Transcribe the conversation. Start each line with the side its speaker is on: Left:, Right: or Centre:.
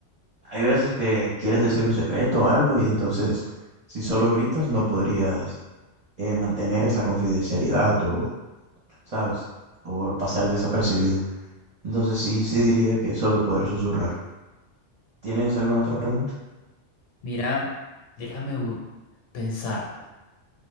Right: hay veces que quieres decir un secreto o algo y entonces si solo gritas no podrías eh, mantener esa confidencialidad o, ¿sabes? O pasar desapercibido. Entonces sí, sí diría que solo poder susurrar. ¿Tienes alguna otra pregunta?
Left: Mira, déjame bu- pensar.